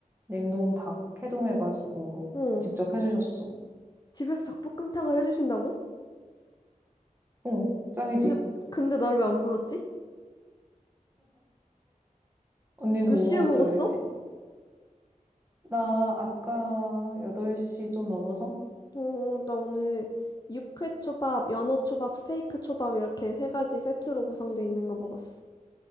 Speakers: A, on the right (about 15°); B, on the left (about 30°).
A: 냉동 닭 해동해가지고
B: 응.
A: 직접 해주셨어.
B: 집에서 닭볶음탕을 해주신다고?
A: 응, 짱이지.
B: 근데, 근데 나를 왜 안 불렀지?
A: 언니는
B: 몇
A: 뭐
B: 시에
A: 먹었다
B: 먹었어?
A: 그랬지? 나 아까 8시 좀 넘어서?
B: 어, 나 오늘 육회 초밥, 연어 초밥, 스테이크 초밥 이렇게 세 가지 세트로 구성돼 있는 거 먹었어.